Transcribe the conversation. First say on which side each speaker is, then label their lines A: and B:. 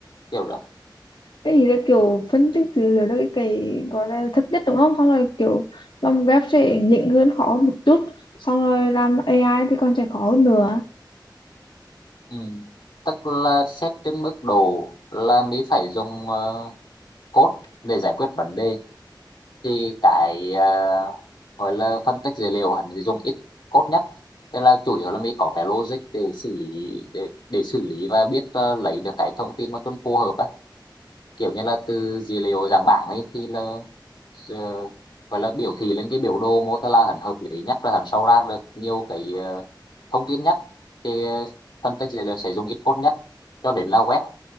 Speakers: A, on the left; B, on the left.
A: kiểu đó
B: cái gì đó kiểu phân tích dữ liệu đó cái cái gọi là thấp nhất đúng không xong rồi kiểu làm web sẽ nhỉnh hơn khó một chút xong rồi làm AI thì còn sẽ khó hơn nữa
A: ừ. tức là xét trên mức độ là mình phải dùng ờ, code để giải quyết vấn đề thì cái uh, gọi là phân tích dữ liệu hắn dùng ít code nhất tức là chủ yếu là mình có cái logic để xử lý để, để xử lý và biết ờ, lấy được cái thông tin mà cho nó phù hợp á kiểu như là từ dữ liệu dạng bảng ấy thì là ờ, gọi là biểu thị lên cái biểu đồ mô tả là hắn hợp lý nhất và hắn sau ra được nhiều cái ờ, thông tin nhất thì ờ, phân tích dữ liệu sẽ dùng ít code nhất cho đến là web